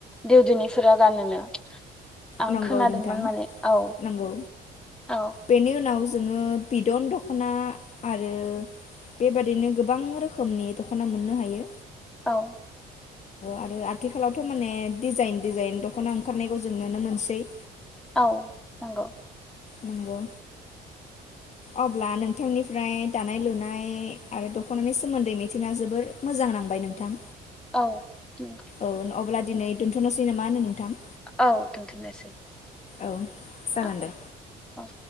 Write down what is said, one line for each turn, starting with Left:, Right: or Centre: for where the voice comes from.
Centre: देउदुनिफोरा गानोनो। आं
Left: नंगौ
Centre: खोनादोंमोन
Left: नोंथां
Centre: माने औ
Left: नंगौ
Centre: औ
Left: बेनि उनाव जोङो बिदन दख'ना। आरो बेबादिनो गोबां रोखोमनि दख'ना मोननो हायो।
Centre: औ।
Left: आरो आथिखालाव' माने डिजाइन डिजाइन दख'ना ओंखारनायखौ जों मोनसै।
Centre: औ नंगौ।
Left: नंगौ। अब्ला नोंथांनिफ्राय दानाय लुनाय आरो दख'नानि सोमोन्दै मिथिना जोबोर मोजां नांबाय नोंथां।
Centre: औ। नंगौ
Left: औ अब्ला दिनै दोनथ'नोसै नामा होन नोंथां?
Centre: औ दोनथनोसै
Left: औ जागोन
Centre: औ
Left: दे
Centre: औ